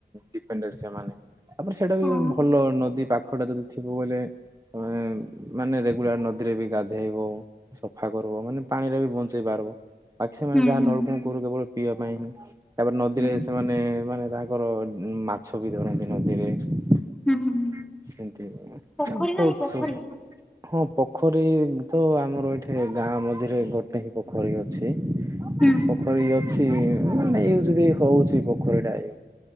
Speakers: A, on the right; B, in the centre.
A: ଡିପେଣ୍ଡେଡେ ସେମାନେ ତାପରେ ସେଇଟା
B: ହଁ
A: ବି ଭଲ ନଦୀ ପାଖଟା ଯଦି ଥିବ ବୋଲେ ତମେ ମାନେ ରେଗୁଲାର ନଦୀରେ ବି ଗାଧେଇବ। ସଫା କରିବ ମାନେ ପାଣିରେ ବି ବଞ୍ଚେଇ ପାରବ। <unintelligible> ବାକି ସେମାନେ
B: ହୁଁ
A: ଯାହା
B: ହୁଁ
A: ନଳକୂ
B: ହୁଁ
A: କରୁ କେବଳ ପିଇବା ପାଇଁ ହୁଁ ତାପରେ ନଦୀରେ
B: ହୁଁ ହୁଁ
A: ସେମାନେ ମାନେ ତାଙ୍କର ମାଛ ବି ଧରନ୍ତି ନଦୀରେ ଏମିତି।
B: ହୁଁ ହୁଁ। ପୋଖରୀ
A: ବହୁତଛ
B: ନାହିଁ ପୋଖରୀ
A: <unintelligible> ହଁ ପୋଖରୀ ତ ଆମର ଏଇଠି ଗାଁ ମଝିରେ ଗୋଟେ ହିଁ ପୋଖରୀ ଅ ଛି ପୋଖରୀ
B: ହୁଁ
A: ଅଛି ମାନେ ୟୁଜ ବି ହଉଛି ପୋଖରୀ ଟା ଏ